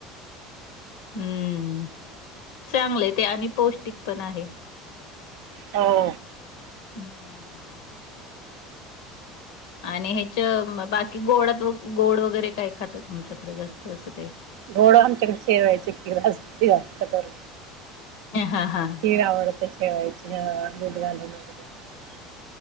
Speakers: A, on the left (about 70°); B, on the right (about 70°).
A: हम्म चांगलं ते आणि पौष्टिक पण आहे.
B: हो.
A: हम्म. आणि ह्याच्या बाकी गोडात गोड वगैरे काय खातात. आमच्याकडे जास्त असं काही
B: घोडं आमच्याकडे सेवायच की जास्त जास्तर
A: ह हा हा.
B: तिला आवडत शेवायची दूध घाून वगैरे. असं.